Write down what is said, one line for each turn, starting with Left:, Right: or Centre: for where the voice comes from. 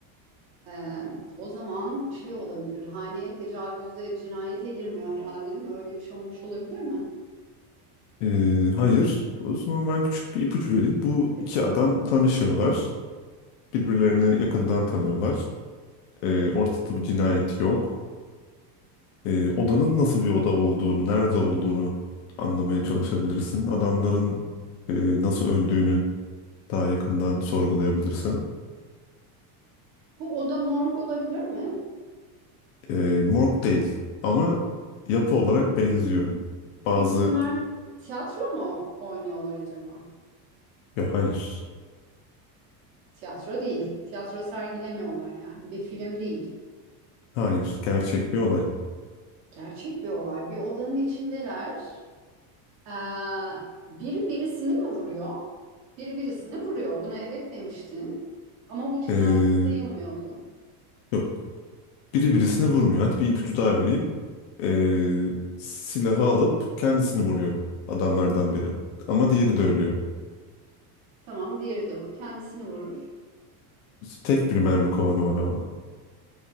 Right: e, o zaman şey olabilir. Haneye tecavüzde cinayete girmiyor herhalde değil mi? Öyle bir şey olmuş olabilir mi?
Left: Ee, hayır. O zaman ben küçük bir ipucu vereyim. Bu
Right: Lütfen.
Left: iki adam tanışıyorlar. Birbirlerini yakından tanıyorlar. Ee, ortada bir cinayet yok. Ee, odanın nasıl bir oda olduğunu, nerede olduğunu anlamaya çalışabilirsin. Adamların e, nasıl öldüğünü daha yakından sorgulayabilirsin.
Right: Bu oda morg olabilir mi?
Left: Ee, morg değil ama yapı olarak benziyor.
Right: Hmm.
Left: Bazı...
Right: Peki bunlar tiyatro mu oynuyorlar acaba?
Left: Yok hayır.
Right: Tiyatro değil. Tiyatro sergilemiyorlar yani. Bir film değil.
Left: Hayır. Gerçek bir olay.
Right: Gerçek bir olay. Bir odanın içindeler. Ee, biri birisini mi vuruyor? Biri birisini vuruyor. Buna evet demiştin. Ama bu cinayet
Left: Ee,
Right: sayılmıyordu.
Left: yok Biri birisini vurmuyor. Hadi bir ipucu daha vereyim. Ee, silahı alıp kendisini vuruyor adamlardan biri. Ama diğeri de ölüyor.
Right: Tamam, diğeri de alıp kendisini vurur.
Left: Tek bir mermi kovanı var ama.